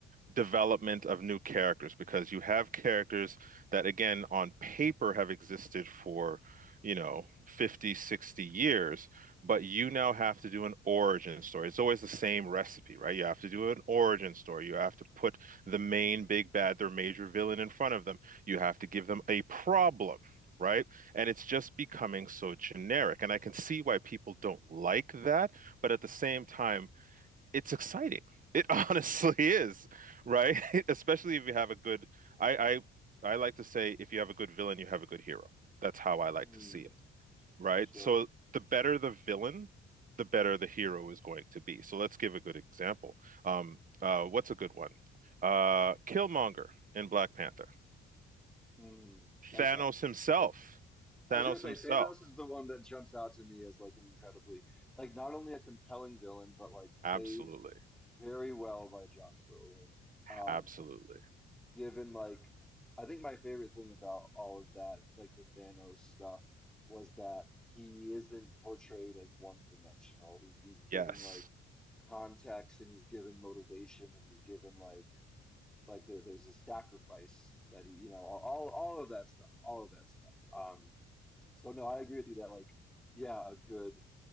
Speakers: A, on the right; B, in the centre.
A: development of new characters because you have characters that, again, on paper have existed for, you know, 50, 60 years, but you now have to do an origin story. It's always the same recipe, right? You have to do an origin story. You have to put the main big bad, their major villain in front of them. You have to give them a problem, right? And it's just becoming so generic. And I can see why people don't like that, but at the same time, it's exciting. It <laughs> honestly is, right? <laughs> Especially if you have a good, I, I, I like to say, if you have a good villain, you have a good hero. That's how I like
B: Hmm.
A: to see it, right?
B: sure.
A: So the better the villain, the better the hero is going to be. So let's give a good example. Um, uh, what's a good one? Uh, Killmonger in Black Panther.
B: Hmm. okay.
A: Thanos himself.
B: Sure. I
A: Thanos
B: was gonna say
A: himself.
B: Thanos is the one that jumps out to me as like an incredibly like not only a compelling villain but like played
A: Absolutely.
B: very well by Josh Brolin. Um,
A: Absolutely.
B: given like I think my favorite thing about all of that, like the Thanos stuff, was that he isn't portrayed as one-dimensional. He's he's given
A: Yes.
B: like context and he's given motivation and he's given like like there there's a sacrifice that he you know all all all of that stuff, all of that stuff. Um, so no, I agree with you that like yeah, a good